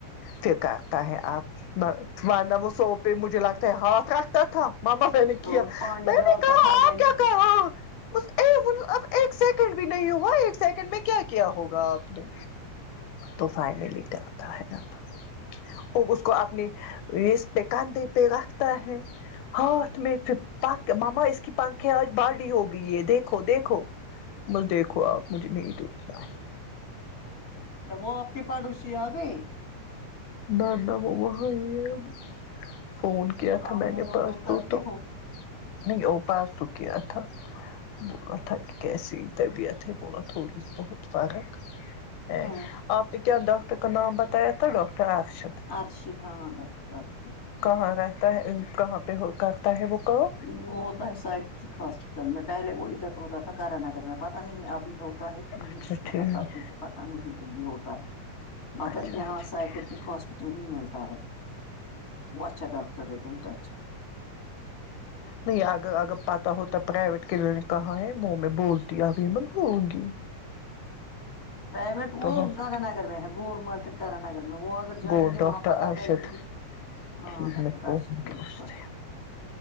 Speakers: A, on the left; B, on the left.
A: پھر کرتا ہے آپ وادہ وہ سو پہ مجھے لگتا ہے ہاتھ رکھتا تھا ماما میں
B: اور
A: نے کیا
B: پانی
A: میں
B: ڈالتا
A: نے کہا
B: تھا میں
A: آپ
B: نے
A: کیا کہا ب اب ہاں ایک سیکنڈ بھی نہیں ہوا ایک سیکنڈ میں کیا کیا ہوگا آپ نے تو فائنلی کرتا ہے اب وہ اس کو اپنی ریس پہ کاندھے پہ رکھتا ہے ہاتھ میں پنکھ مما اس کی پنکھے آج باڈی ہو گئی ہے دیکھو دیکھو بس دیکھو آپ مجھے نہیں دیکھنا ہے
B: وہ آپ کے پڑوسی آ گئے
A: نہ نہ وہ وہاں ہی ہے اب فون کیا تھا
B: آپ
A: میں
B: فون
A: نے پاس
B: وون
A: دو
B: کرتے
A: تو
B: ہو
A: نہیں اوپا س تو کیا تھا بولا تھا کہ کیسی طبیعت ہے بولا تھوڑی بہت فرق ہے
B: ہاں
A: آپ نے کیا ڈاکٹر کا نام بتایا تھا ڈاکٹر ارشد
B: ارشد ہاں ڈاکٹر ارشد
A: کہاں رہتا ہے کہاں پہ کرتا ہے وہ کام
B: وہ ہوتا ہے سائکسٹرک ہاسپٹل میں پہلے وہ ادھر ہوتا تھا کارا نگر میں پتا نہیں ابھی ہے کہ نہیں
A: اچھا
B: اس کا
A: ٹھیک
B: پتا مجھے پتا نہیں اب ہوتا ہے مگر
A: اچھا اچھا
B: یہاں سائیکیاٹرک
A: ٹھیک
B: ہاسپٹل میں ملتا ہے وہ اچھا ڈاکٹر ہے بہت اچھا
A: نہیں اگر اگر پتہ ہوتا پرائیویٹ کلینک کہاں ہے وہ میں بولتی ابھی میں بولگی
B: پرائیویٹ وہ
A: ہاسپٹل
B: کارا نگر میں ہے گول مارکیٹ کارا نگر میں وہ اگر جائیں
A: وہ
B: گے
A: ڈاکٹر
B: وہاں پہ پتا
A: ارشد
B: کریں گے ہاں
A: ٹھیک
B: ڈاکٹر
A: میں بولوں
B: ارشد ہے
A: گی
B: اسکا
A: اس سے
B: نام